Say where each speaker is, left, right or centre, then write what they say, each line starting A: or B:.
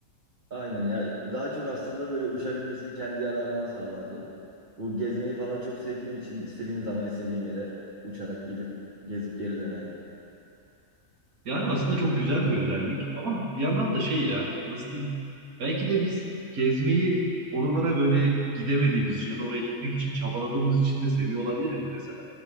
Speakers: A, on the right; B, on the right.
A: Aynen ya daha çok aslında böyle uçabilmesini kendi yararıma sağlardım. Bu gezmeyi falan çok sevdiğim için istediğim zaman istediğim yere uçarak gidip gezip geri dönerdim.
B: Yani aslında çok güzel bir özellik ama bir yandan da şey ya nasıl diyeyim belki de biz gezmeyi oralara böyle gidemediğimiz için ya da oraya gitmek için çabaladığımız için de seviyor olabiliriz mesela.